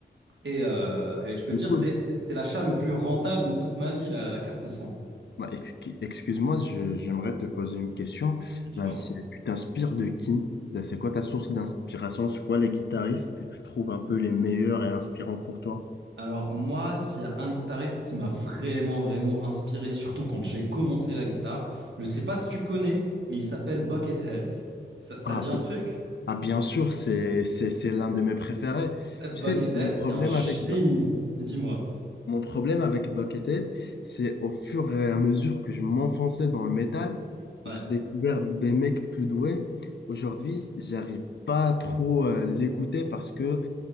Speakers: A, on the right; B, on the left.
A: Et, euh, et je peux
B: du
A: te dire,
B: coup,
A: c'est, c'est, c'est l'achat le plus rentable de toute ma vie, la, la carte 100.
B: Bah, exqui- excuse-moi, je- j'aimerais te poser une question.
A: Dis-moi.
B: Bah, c'est- tu t'inspires de qui? Bah, C'est quoi ta source d'inspiration? C'est quoi les guitaristes que tu trouves un peu les meilleurs et inspirants pour toi?
A: Alors moi, s'il y a un guitariste qui m'a vraiment, vraiment inspiré, surtout quand j'ai commencé la guitare, je sais pas si tu connais, mais il s'appelle Buckethead. Ça, ça
B: Ah,
A: te dit un
B: bi-
A: truc?
B: ah, bien sûr, c'est c'est- c'est l'un de mes préférés.
A: Buckethead,
B: Tu sais, mon problème
A: c'est un génie.
B: avec, Bu-
A: Dis-moi.
B: mon problème avec Buckethead, c'est au fur et à mesure que je m'enfonçais dans le métal,
A: Ouais.
B: j'ai découvert des mecs plus doués. Aujourd'hui, j'arrive pas trop à l'écouter parce que